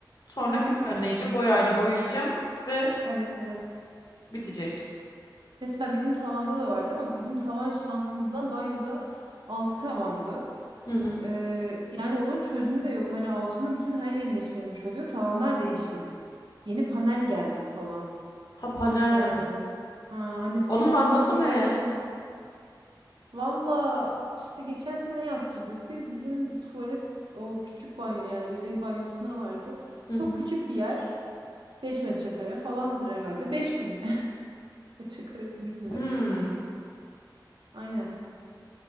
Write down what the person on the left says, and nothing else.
Sonra
küf önleyici boyayla boyayacağım ve
bitecek.
Hı hı.
Ha panel.
Onun
masrafı
ne?
Hı
hı.
Hmm,